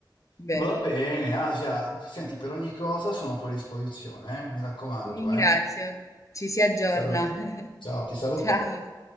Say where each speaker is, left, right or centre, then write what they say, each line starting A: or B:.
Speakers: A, on the left; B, on the left.
A: vero.
B: Va bene, Asia, senti, per ogni cosa sono a tua disposizione, eh? Mi raccomando,
A: Ti ringrazio.
B: eh?
A: Ci si aggiorna.
B: Salu-
A: <laughs>
B: Ciao, ti saluto.
A: Ciao.